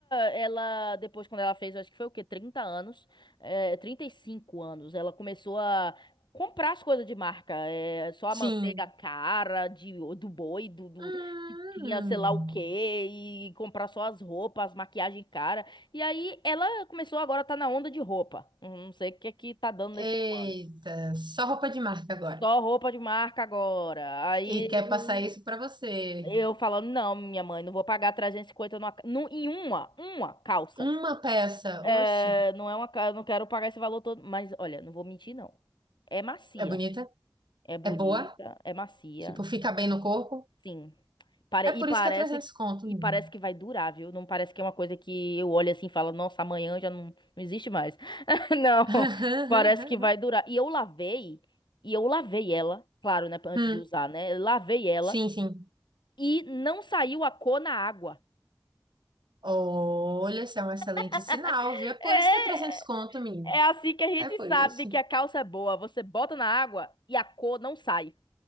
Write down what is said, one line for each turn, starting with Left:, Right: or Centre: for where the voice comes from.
Left: ela, depois quando ela fez, acho que foi o quê? trinta anos, é, 35 anos, ela começou a comprar as coisas de marca, é, só a
Right: sim.
Left: manteiga cara de, do boi, do, do-
Right: Hum.
Left: que tinha sei lá o quê e comprar só as roupas, as maquiagem cara. E aí ela começou agora a tá na onda de roupa. Hum, Não sei o que é que tá dando nesse
Right: Eita,
Left: ser humano.
Right: só roupa de marca agora.
Left: Só roupa de marca agora. Aí
Right: E quer passar isso pra você.
Left: eu falando, não, minha mãe, não vou pagar 350 numa, ca- num, em uma, uma calça.
Right: Uma peça,
Left: É,
Right: oxe,
Left: não é uma, ca- eu não quero pagar esse valor todo, mas olha, não vou mentir não. É macia,
Right: é bonita,
Left: é bonita,
Right: é boa,
Left: é macia.
Right: tipo, fica bem no corpo.
Left: Sim. Pare-
Right: É por
Left: E parece,
Right: isso que é trezentos conto.
Left: e
Right: menino.
Left: parece que vai durar, viu? Não parece que é uma coisa que eu olho assim e falo, nossa, amanhã já não, não existe mais. <laughs> Não,
Right: <laughs>
Left: parece que vai durar. E eu lavei, e eu lavei ela, claro, né, antes
Right: Hum,
Left: de usar, né? Eu Lavei ela
Right: sim, sim.
Left: e não saiu a cor na água.
Right: Olha, isso é um excelente
Left: <laughs>
Right: sinal, viu? É por
Left: É,
Right: isso que é 300 conto, menina.
Left: é assim que a gente
Right: É por
Left: sabe
Right: isso.
Left: que a calça é boa. Você bota na água e a cor não sai.